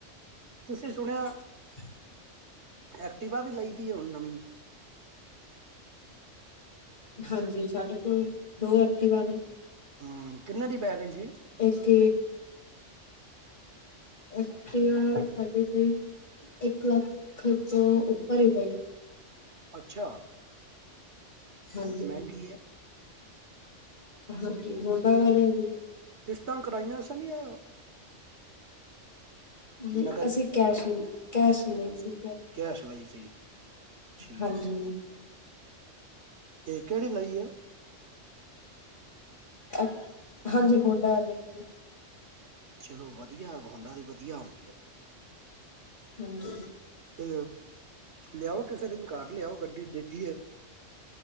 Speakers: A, on the right; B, on the left.
A: ਤੁਸੀਂ ਸੁਣਿਆ
B: <unintelligible>
A: ਐਕਟੀਵਾ ਵੀ ਲਈ ਦੀ ਹੁਣ ਨਵੀਂ
B: ਹਾਂਜੀ, ਸਾਡੇ ਕੋਲ ਦੋ ਐਕਟਿਵਾ ਨੇ।
A: ਹੂੰ, ਕਿੰਨੇ ਦੀ ਪੈ ਗਈ ਸੀ।
B: ਇੱਕ ਇਕ ਸਾਡੇ ਤੇ ਇੱਕ ਲੱਖ ਤੋਂ ਉੱਪਰ ਹੈਗੇਈ
A: ਅੱਛਾ।
B: ਹਾਂਜੀ
A: ਬਹੁਤ ਮਹਿੰਗੀ ਐ।
B: ਹਾਂਜੀ ਹੁਣ- ਕਾ ਕਰ ਰਹੀ ਤੂੰ-
A: ਤਾਂ ਕਰਾਈਆਂ ਸਨੀਆ
B: ਨਹੀਂ
A: ਨਕਦ
B: ਅਸੀਂ ਕੈਸ਼ ਲਈ ਕੈਸ਼- ਲਈ ਸੀ।
A: ਕੈਸ਼ ਲਈ ਸੀ ਠੀਕ
B: ਹਾਂਜੀ
A: ਹੈ ਤੇ ਕਿਹੜੀ ਲਈ ਏ?
B: ਅਛ ਹਾਂਜੀ ਉਹਨਾਂ ਲੀਤੀ
A: ਚਲੋ ਵਧੀਆ ਹੋੰਡਾ ਦੀ ਧੀਆ ਹੁੰਦੀ ਹੈ।
B: ਹਾਂਜੀ।
A: ਤੇ ਲਿਆਓ ਕਿਸੇ ਦੀ ਵੀ ਕਾਰ ਤੇ ਗੱਡੀ ਦੇਖੀਏ